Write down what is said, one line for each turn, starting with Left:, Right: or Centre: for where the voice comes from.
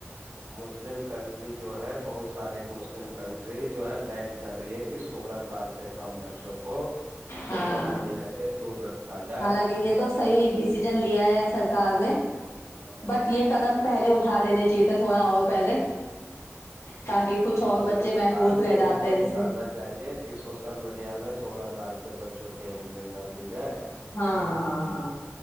Right: مسلم کنٹری جو ہے بہت سارے مسلم مسلم کنٹری جو ہے بین کر رہی ہے کہ سولہ سال سے کم بچوں کو سوشل
Left: ہاں
Right: میڈیا سے دور رکھا جائے
Left: حالانکہ یہ تو صحیح ڈسیژن لیا ہے سرکار نے بٹ یہ قدم پہلے اٹھا دینے چاہیے یہ تھا تھوڑا اور پہلے تاکہ کچھ
Right: یہ
Left: اور
Right: ہندوستان
Left: بچے محفوظ رہ
Right: کو
Left: جاتے
Right: بھی تو
Left: ہیں ان
Right: اٹھانا
Left: سے
Right: چاہیے کہ سوشل میڈیا میں سولہ سال کے بچے چوں کی اینٹری نہ دی جائے
Left: ہاں ہاں ہاں